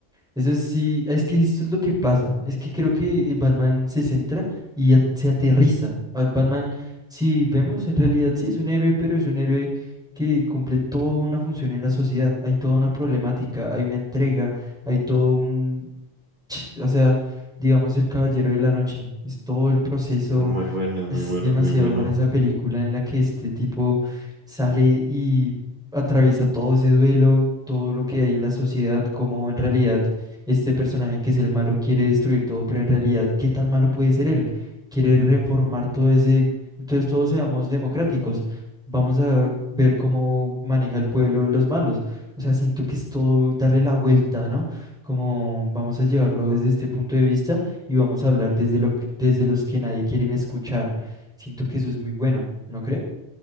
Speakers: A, in the centre; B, on the right.
A: eso sí, es que esto es lo que pasa. Es que creo que Batman se centra y a- se aterriza. A Batman, si vemos, en realidad sí es un héroe, pero es un héroe que cumple toda una función en la sociedad. Hay toda una problemática, hay una entrega, hay todo un, <sniffs> <tsk> o sea, digamos el Caballero de la Noche. Es todo el proceso
B: no, Muy bueno,
A: es
B: muy bueno,
A: demasiado
B: muy bueno.
A: buena esa película en la que este tipo sale y atraviesa todo ese duelo, todo lo que hay en la sociedad, como en realidad este personaje que es el malo quiere destruir todo, pero en realidad, ¿qué tan malo puede ser él? Quiere reformar todo ese... Entonces todos seamos democráticos. Vamos a ver cómo maneja el pueblo los malos. O sea, siento que es todo darle la vuelta, ¿no? Como vamos a llevarlo desde este punto de vista y vamos a hablar desde lo que- desde los que nadie quieren escuchar. Siento que eso es muy bueno, ¿no cree?